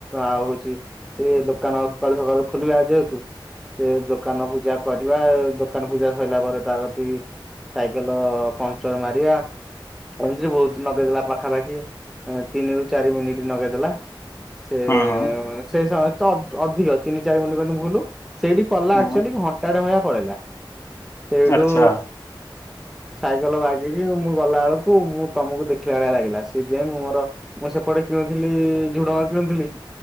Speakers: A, in the centre; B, on the left.
A: ଆଉ ହେଊଛି ସେ ଦୋକାନ ସକାଳୁ ସକାଳୁ ଖୋଲିଲା ଯେହେତୁ ସେ ଦୋକାନ ପୂଜା କରିବା ଦୋକାନ ପୂଜା ସରିଲା ପରେ ତାକତିକି ସାଇକେଲ ପମ୍ପଚର ମାରିବା ଏମତୀରେ ବହୁତ ଲଗେଇଦେଲା ପାଖାପାଖି ତିନି ରୁ ଚାରି ମିନିଟ୍ ଲଗେଇଦେଲା। ସେ
B: ହୁଁ ହୁଁ
A: ସେ ସମ ତ ଅଧିକ ତିନି ଚାରି ମିନଟ୍ କହିଲେ ଭୁଲ୍ ସେଇଠି ପଡିଲା
B: ହୁଁ
A: ଆକ୍ଚୁଆଲି ଘଣ୍ଟାଡେ ଭଳିଆ ପଳେଇଲା ସେଇଠୁ
B: ଆଚ୍ଛା
A: ସାଇକେଲ ବାଗେଇକି ମୁଁ ଗଲାବେଳକୁ ମୁଁ ତମକୁ ଦେଖିଲା ଭଳିଆ ଲାଗିଲା ସେଇଥିପାଇଁ ମୁଁ ମୋର ମୁଁ ସେପଟେ କିଣୁଥିଲି ଝୁଡ଼ଙ୍ଗ କିଣୁଥିଲି